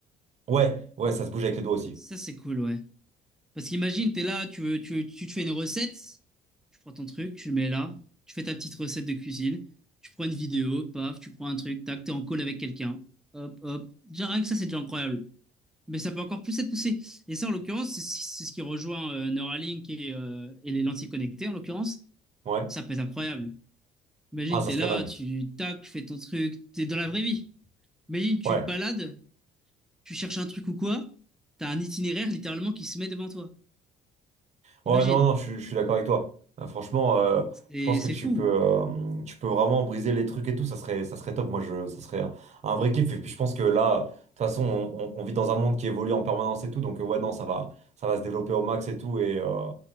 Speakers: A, on the right; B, in the centre.
A: Ouais, ouais, ça se bouge avec les doigts aussi.
B: Ça, c'est cool, ouais. Parce qu'imagine, t'es là, tu, veux- tu, tu te fais une recette, tu prends ton truc, tu le mets là, tu fais ta petite recette de cuisine, tu prends une vidéo, paf, tu prends un truc, tac, t'es en call avec quelqu'un, hop, hop. Déjà, rien que ça, c'est déjà incroyable. Mais ça peut encore plus être poussé. Et ça, en l'occurrence, c'est c'est ce qui rejoint euh, Neuralink et, euh, et les lentilles connectées, en l'occurrence.
A: Ouais.
B: Ça peut être incroyable. Imagine,
A: Ah, ça
B: t'es
A: serait
B: là,
A: dingue.
B: tu tac, tu fais ton truc, t'es dans la vraie vie. Imagine, tu
A: Ouais.
B: te balades, tu cherches un truc ou quoi, t'as un itinéraire littéralement qui se met devant toi.
A: Ouais,
B: Imagine.
A: non, non, je, suis je suis d'accord avec toi. Euh, franchement, euh,
B: c'est
A: je pense que
B: c'est
A: tu
B: fou.
A: peux, euh, tu peux vraiment briser les trucs et tout. Ça serait, ça serait top. Moi, je, ça serait un, un vrai kiff. Et puis, je pense que là, de toute façon, on, on- on vit dans un monde qui évolue en permanence et tout. Donc, euh, ouais, non, ça va, ça va se développer au max et tout. Et, euh,